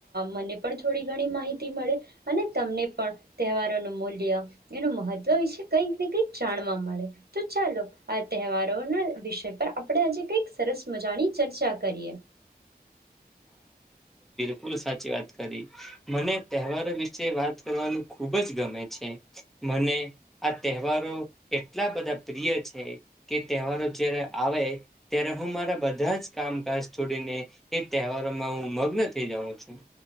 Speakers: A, on the right; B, in the centre.
A: મને પણ થોડી ઘણી માહિતી મળે. અને તમને પણ તહેવારોનું મૂલ્ય એનું મહત્વ વિશે કંઈક ને કંઈક જાણવા મળે તો ચાલો આ તહેવારોના વિષય પર આપણે આજે કંઈક સરસ મજાની ચર્ચા કરીએ.
B: પૂરી સાચી વાત કરી મને તહેવારો વિશે વાત કરવાનું ખૂબ જ ગમે છે મને આ તહેવારો એટલા બધા પ્રિય છે કે તહેવારો જ્યારે આવે ત્યારે હું મારા બધા જ કામકાજ છોડીને. એ તહેવારોમાં હું મગ્ન થઇ જાઉં છું